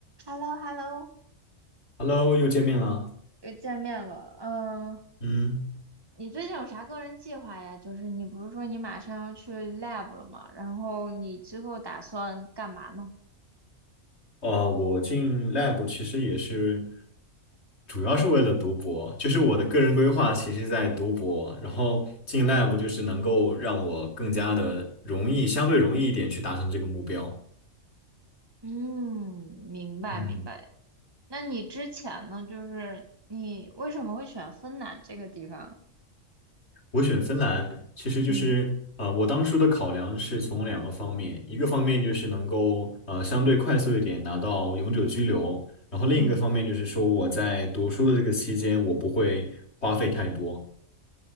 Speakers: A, on the right (about 20°); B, on the left (about 55°).
A: h e l l o h e l l o
B: Hello，又见面了。
A: 又见面了。嗯，
B: 嗯，
A: 你最近有啥个人计划呀？就是你不是说你马上要去 lab 了吗？然后你之后打算干嘛呢？
B: 呃，我进 lab 其实也是，主要是为了读博，就是我的个人规划，其实在读博，然后进 lab 就是能够让我更加的容易，相对容易一点去达成这个目标。
A: 嗯，明白明白。
B: 嗯，
A: 那你之前呢？就是你为什么会选芬兰这个地方？
B: 我选芬兰，其实就是呃，
A: 嗯
B: 我当初的考量是从两个方面，一个方面就是能够呃相对快速一点拿到永久居留，然后另一个方面就是说我在读书的这个期间，
A: 嗯，
B: 我不会花费太多。